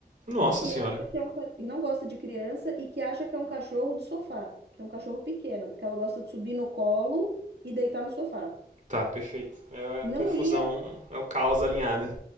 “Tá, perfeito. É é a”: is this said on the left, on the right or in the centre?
Right